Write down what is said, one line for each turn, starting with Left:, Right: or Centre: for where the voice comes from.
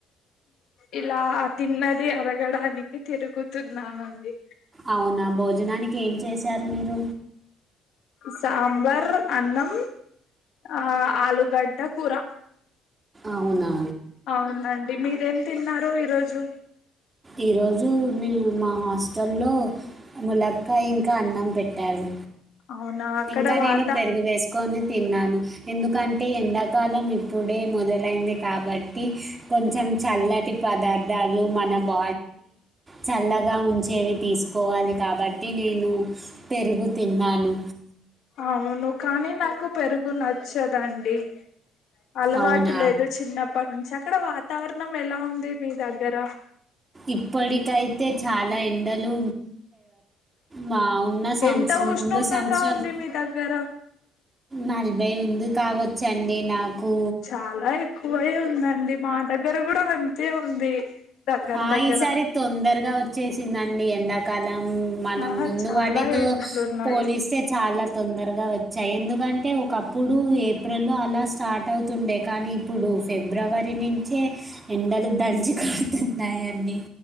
Left: ఇలా ఆ తిన్నది అరగడానికి తిరుగుతున్నానండి
Right: అవునా భోజనానికి ఇకేం చేశారు మీరు
Left: సాంబార్ అన్నం ఆ ఆలుూగడ్డ కూర
Right: అవునా
Left: అవునండి మీరు ఏం తిన్నారు ఈరోజు
Right: ఈరోజు నేను మా హాస్టల్లో ములక్క ఇంకా అన్నం పెట్టారు
Left: అవునా అక్కడ
Right: ఇంకా
Left: వాత
Right: నేను పెరుగు వేసుకొని తిన్నాను ఎందుకంటే ఎందక ఉత్పాదం ఇప్పుడే మొదలైంది కాబట్టి కొంచెం చల్లటి పదార్థాలు మన బ చల్లగా ఉంచేవి తీసుకోవాలి కాబట్టి నేను పెరుగు తిన్నాను
Left: అవును కానీ నాకు పెరుగు నచ్చదండి అలవాటు
Right: అవునా
Left: లేదు చిన్నప్పటి నుంచి అక్కడ వా వాతావరణం ఎలా ఉంది మీ దగ్గర
Right: ఇప్పటికైతే చాలా ల ఎండలు మా ఉన్న సంవత్సరం
Left: ఎంత ఉష్ణోగ్రత
Right: ముందు సంవత్సరాలు
Left: ఉంది మీ దగ్గర
Right: నల్బైయి ఉంది కావచ్చండి నాకు
Left: చాలా ఎక్కువై ఉందండి మా దగ్గర కూడా అంతే ఉంది దగ్గర
Right: ఆ
Left: దగ్గర
Right: ఈసారి తొందరగా వచ్చేసి చిందండి ఎండాకాలం మనం
Left: ఆ
Right: ముందు
Left: చాలా
Right: వాటితో
Left: ఎండలు ఉన్నాయి
Right: పోలిస్తే చాలా తొందరగా వచ్చ ఎందుకంటే ఒకప్పుడు ఏప్రిల్లో అలా స్టార్ట్ అవుతుండే కానీ ఇప్పుడు ఫిబ్రవరి నుంచే ఎండలు దంచి కా నాయర్ని